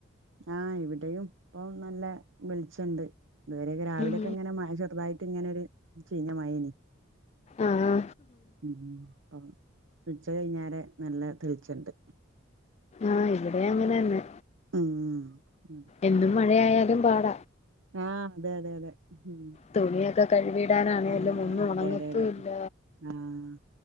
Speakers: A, on the right; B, on the left.
A: ആഹ് ഇവിടെയും ഇപ്പൊ നല്ല വെളിച്ചണ്ട് ഇതുവരെയെക്കെ രാവിലെയൊക്കെ
B: ഉം
A: ഇങ്ങനെ ചെറുതായിട്ട് ഇങ്ങനെ ഒരു ചീഞ്ഞ മഴനീ
B: ആഹ്
A: ഉം ഉം ഇപ്പം ഉം ച്ച കഴിഞ്ഞാരെ നല്ല തെളിച്ചണ്ട്
B: ആഹ് ഇവടിം അങ്ങനെന്നെ
A: ആഹ്
B: എന്നും മഴയായാലും പാട
A: ആഹ് അതെ അതെ അതെ ഉം
B: തുണിയൊക്കെ കഴികിടാനാണേലും
A: ആഹ്
B: ഒന്നുണങ്ങത്തൂല്ല
A: അതെ അതെ അതെ ആഹ്